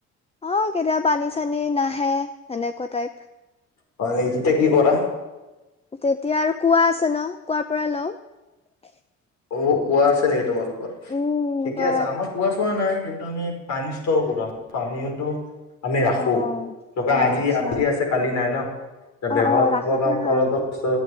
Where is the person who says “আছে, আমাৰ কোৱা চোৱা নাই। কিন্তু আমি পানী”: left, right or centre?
Left